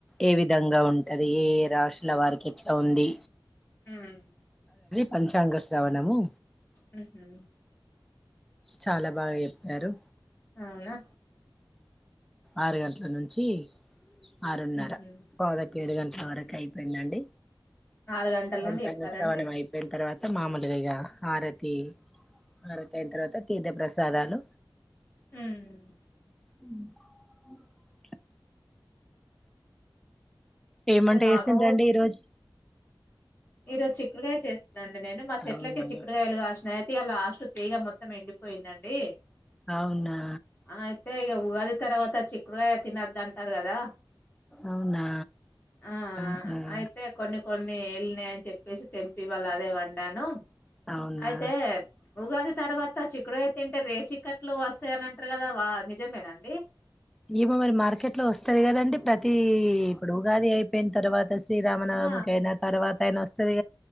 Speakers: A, in the centre; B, on the left.
A: ఏ విధంగా ఉం టది ఏ ఏ రాశుల వారికి ఎట్లా ఉంది
B: హ్మ్
A: పంచాంగశ్రవణము
B: హ్మ్ హు
A: చాలా బాగా ఎప్పారు
B: అవునా
A: ఆరు గంటల నుంచి ఆరున్నర
B: ఉహు.
A: పావు ఒక ఏడు గంటల వరకు అయిపోయిందండి
B: ఆరు గంటల
A: పంచాంగ
B: నుండి చెప్పారండి
A: శ్రావణం అయిపోయిన తర్వాత స మామూలుగ ఇగ ఆరతి ఆరతి అయిన తర్వాత తీర్థ ప్రసాదాలు
B: హ్మ్
A: అ ఏం వంట
B: ఇగ మాకు
A: చేసిండ్లు అండి ఈరోోజు
B: ఈ రోజు చిక్కుకాయ చేస్తానండి నేను మా చెట్లకే
A: అవునా
B: చిక్కుడుగాయలు కాసినాయి లాస్ట్ తీగ మొత్తం ఎండిపోయిందండి
A: అవునా
B: అయితే ఇగా ఉగాది తర్వాత చిక్కుడుకాయ తినద్దు అంటారు కదా
A: అవునా
B: ఆ
A: ఆహా
B: అయితే కొన్ని కొన్ని ఎల్లినాయి అని చెప్పేసి తెంపి ఇవాళ అదే వండాను
A: అవునా
B: అయితే ఉగాది తర్వాత చిక్కుడు అ తింటే రేచక్కట్లు వస్తాయని అంటారు కదా వా నిజమేనండి
A: ఏమో మరి మార్కెట్ లో వస్తంది కదండి ప్రతిీ ఇప్పుడు ఉగాది అయిపోయిన తర్వాత శ్రీరామనవమికి
B: ఆ
A: అయినా తర్వాత ఆయన వస్తుది